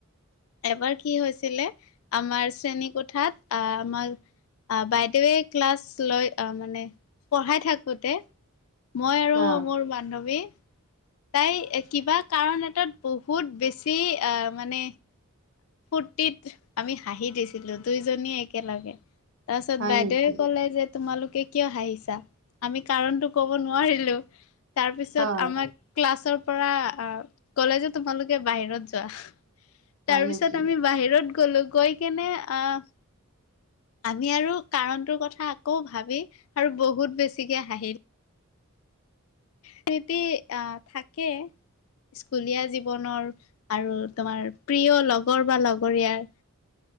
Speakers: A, on the left; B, on the right.
A: এবাৰ কি হৈছিলে আমাৰ শ্ৰেণী কোঠাত আহ আমাৰ আহ বাইদেৱে ক্লাছ লৈ আহ মানে পঢ়াই থাকোতে। মই আৰু
B: অ',
A: মোৰ বান্ধৱী। তাই কিবা কাৰণ এটাত বহুত বেছি আহ মানে ফূৰ্তিত আমি হাঁহি দিছিলো দুইজনীয়ে একেলগে। তাৰপাছত
B: হয়
A: বাইদেউয়ে
B: নেকি
A: ক'লে যে তোমালোকে কিয় হাঁহিছা আমি কাৰণতটো ক'ব নোৱাৰিলো। তাৰপিছত
B: হয়
A: আমাক ক্লাছৰ পৰা অ' ক'লে যে তোমালোকে বাহিৰত যোৱা।
B: হয়
A: তাৰ পিছত
B: নেকি?
A: আমি বাহিৰত গ'লো গৈ কেনে আহ আমি আৰু কাৰণটোৰ কথা আকৌ ভাবি আৰু বহুত বেছিকে হাঁহিলো। ক্ষৃতি আহ থাকে। স্কুলীয়া জীৱনৰ আৰু তোমাৰ প্ৰিয় লগৰ বা লগৰীয়াৰ।